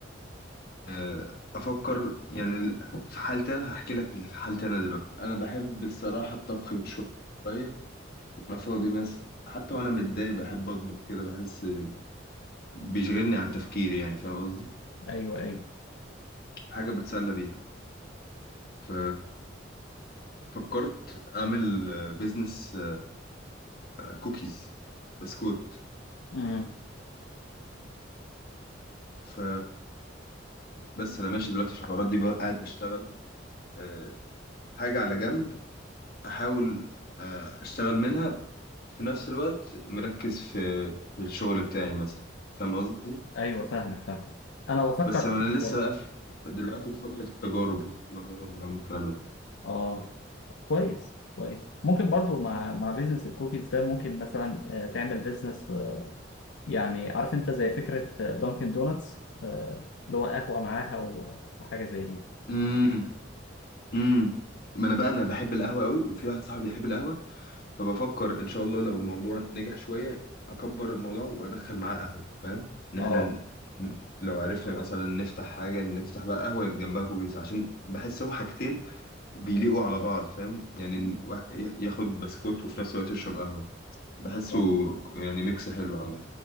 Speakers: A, on the left; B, on the left.
A: آه، افكر يعني في حالتي انا هحكي لك اللي في حالتي انا دلوقتي انا بحب الصراحه الطبخ شويه وانا فاضي مثلا حتى وانا متضايق بحب اطبخ كده بحس بيشغلني عن تفكيري يعني فاهم قصدي
B: ايوه ايوه
A: حاجة بتسلى بيها ف فكرت أعمل بيزنس كوكيز بسكوت
B: مم.
A: ف بس أنا ماشي دلوقتي في الحوارات دي بقى قاعد بشتغل آه، حاجة على جنب أحاول آه، أشتغل منها في نفس الوقت مركز في في الشغل بتاعي مثلا فاهم قصدي
B: ايوه فاهمك فاهمك انا بفكر
A: بس أنا
B: في كده
A: لسه
B: برضه
A: بقى في دلوقتي في فترة التجارب دي بجرب وأعمل الكلام ده
B: اه كويس كويس ممكن برضو مع مع بيزنس الكوكيز ده ممكن مثلا آه، تعمل بيزنس آه، يعني عارف انت زي فكرة آه، دانكن دونتس آه، اللي هو قهوة معاها و- وحاجة زي دي
A: امم امم ما انا بقى انا بحب القهوه قوي وفي واحد صاحبي بيحب القهوه فبفكر ان شاء الله لو الموضوع نجح شويه اكبر الموضوع وادخل معاه قهوه فاهم ان
B: اه
A: احنا ن- ن- لو عرفنا اه مثلا نفتح حاجه نفتح بقى قهوه يبقى جنبها كوكيز عشان بحسهم حاجتين بيليقوا على بعض فاهم يعني الواحد ي- ياخد بسكوت وفي نفس الوقت يشرب قهوه بحسه
B: اه
A: يعني ميكس حلو اه عامه